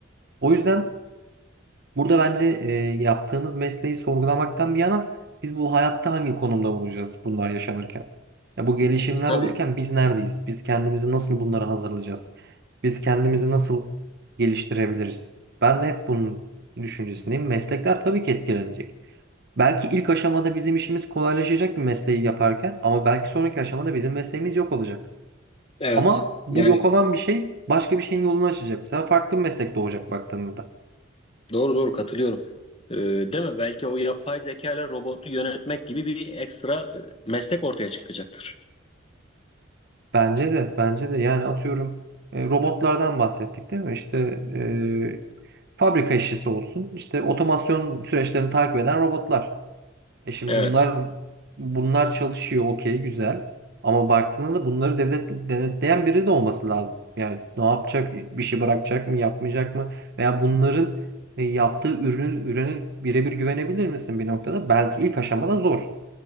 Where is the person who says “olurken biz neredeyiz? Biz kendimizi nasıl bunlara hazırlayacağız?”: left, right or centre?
Right